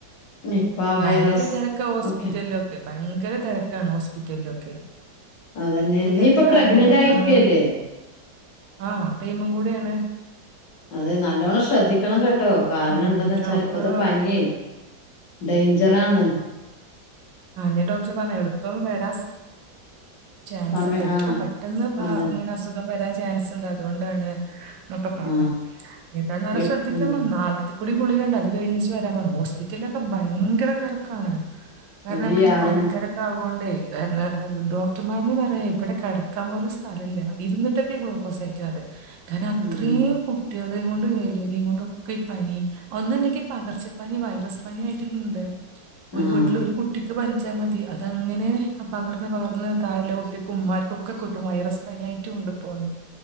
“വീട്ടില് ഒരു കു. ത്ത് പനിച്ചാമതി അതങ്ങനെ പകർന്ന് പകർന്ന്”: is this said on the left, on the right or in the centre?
Right